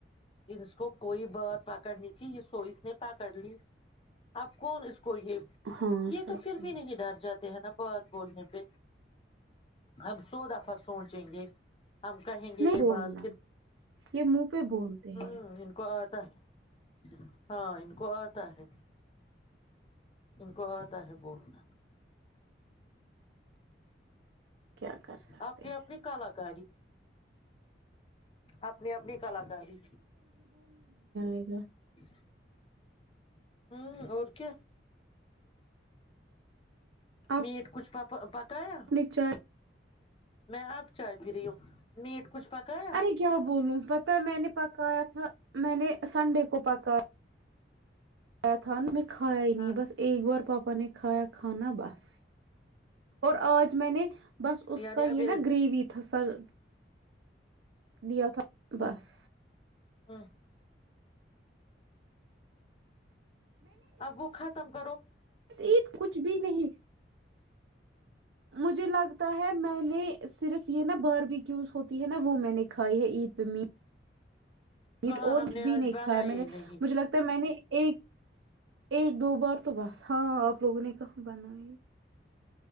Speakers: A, on the left (about 30°); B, on the right (about 80°).
A: اس کو کوئی بات پکڑنی تھی یہ سو نے پکڑ لی اب کون اس کو کو یہ
B: ہاں
A: یہ
B: سچ
A: تو پھر
B: ہے
A: بھی نہیں ڈر جاتے ہیں نا بہت بولنے پہ ہم سو دفعہ سوچیں گے ہم کہیں گے
B: نہیں
A: یہ
B: بولنا
A: بات
B: یہ مک <unintelligible> پ بولتے
A: ہ
B: ہیں <unintelligible>
A: ان کو آتا ہاں ان کو آتا ہے ان کو آتا ہے بولنا
B: کیا کر سکتے
A: اپنی اپنی کلاکاری اپنے اپنے کلاکاری
B: جا
A: ج ہاں اور السلام علیکم محترم
B: آپ
A: میٹ کچھ پاپا کایا
B: اپنی چائے
A: میں اب چائے پی رہی ہوں میٹ کچھ پکایا
B: ارے کیا بولوں پتا ہے میں نے پکایا تھا میں نے سنڈے کو پکا کیا تھا نا میں کایا ہی نہیں
A: ہاں
B: ہے بس ایک بار پاپا نے کایا کھانا بس اور آج میں نے بس اس
A: یعنی
B: کا
A: اب
B: یہ
A: ہ
B: نا گریوی تھا سر لیا تھا بس
A: ہاں ابو خط تمک
B: بس عید کچھ بھی نہیں مجھے لگتا ہے میں نے صرف نا بارب کیوز ہوتی ہے نا وہ میں نے کھائی ہے عید پہ می میٹ
A: کہاں
B: اور
A: ہم
B: کچھ
A: نے
B: بھی
A: آج
B: نہیں
A: بنا
B: کھایا
A: ہی
B: میں نے
A: نہیں
B: مجھے لگتا ہے میں نے ایک ایک دو بار تو بس ہاں آپ لوگوں نے کہاں بنائی